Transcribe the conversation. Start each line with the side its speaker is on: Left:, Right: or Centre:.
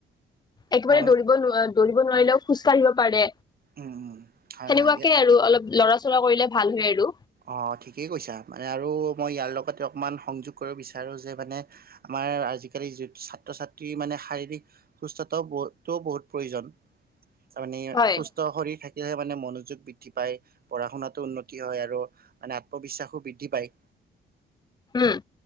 Left: একেবাৰে
Right: হয়
Left: দৌৰিব নোৱা দৌৰিব নোৱাৰিলেও খোজ কাঢ়িব পাৰে।
Right: উম উম হয়
Left: সেনেকুৱাকে
Right: হয় ইয়া
Left: আৰু অলপ লৰা চৰা কৰিলে ভাল হয় আৰু।
Right: অ ঠিকেই কৈছা মানে আৰু মই ইয়াৰ লগতে অকমান সংযোগ কৰিব বিচাৰোঁ যে মানে, আমাৰ আজিকালি যত ছাত্ৰ ছাত্ৰী মানে শাৰীৰিক সুস্থতাও বহ- ত -বহুত প্ৰয়োজন। তাৰমানে
Left: হয়
Right: সুস্থ শৰীৰ থাক তেতিয়াহে মানে মনোযোগ বৃদ্ধি পায়। পঢ়া শুনাতো উন্নতি হয় আৰু। মানে আত্মবিশ্বাসো বৃদ্ধি পায়।
Left: উম।